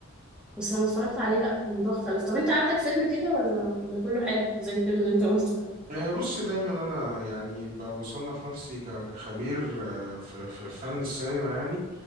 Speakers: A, in the centre; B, on the right.
A: بس لما اتفرجت عليه لأ الموضوع اختلف طب أنت عندك فيلم كده ولا ولا كله حلو زي الفيلم اللي أنت قلته ده
B: آه، بص دايما انا يعني ب- بصنف نفسي ك- كخبير آه، في في فن السينما يعني